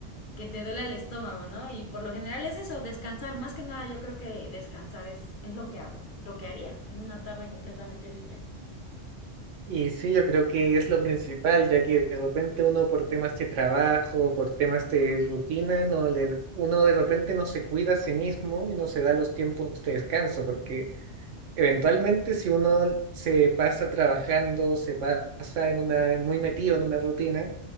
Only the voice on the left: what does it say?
que te duele el estómago, ¿no? Y por lo general es eso, descansar, más que nada yo creo que descansar es, es lo que hago, lo que haría en una tarde completamente libre.